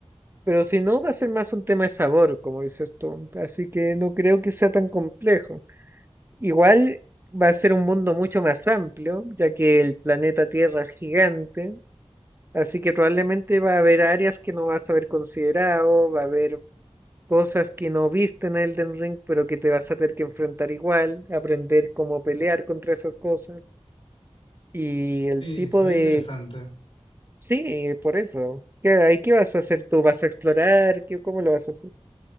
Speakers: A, on the right; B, on the left.
A: pero si no, va a ser más un tema de sabor, como dices tú, así que no creo que sea tan complejo. Igual va a ser un mundo mucho más amplio, ya que el planeta Tierra es gigante, así que probablemente va a haber áreas que no vas a haber considerado, va a haber cosas que no viste en Elden Ring, pero que te vas a tener que enfrentar igual, aprender cómo pelear contra esas cosas. Y el
B: sí,
A: tipo
B: se ve
A: de
B: interesante.
A: Sí, por eso. ¿Qué, ahí qué vas a hacer tú? ¿Vas a explorar? ¿Qué, cómo lo vas a hacer?